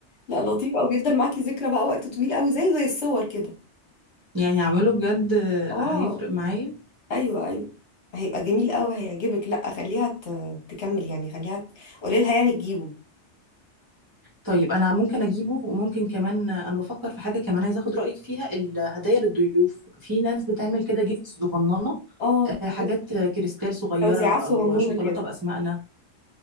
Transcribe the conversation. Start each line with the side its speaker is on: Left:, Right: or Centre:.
Left: لا لطيف قوي بيفضل معاكي ذكرى بقى وقت طويل قوي زي زي الصور كده
Right: يعني اعمله بجد آه،
Left: اه
Right: هيفرق معايا
Left: ايوه ايوه هيبقى جميل قوي هيعجبك لا خليها ت- تكمل يعني خليها ت- قولي لها يعني تجيبه
Right: طيب انا ممكن اجيبه وممكن كمان انا بفكر في حاجه كمان عايزه اخد رايك فيها الهدايا للضيوف في ناس بتعمل كده جيفت صغننه
Left: اه
Right: آه، حاجات
Left: حاجات
Right: آه، كريستال صغيره
Left: توزيعات صغنونه
Right: او شوكولاته
Left: كده
Right: باسمائنا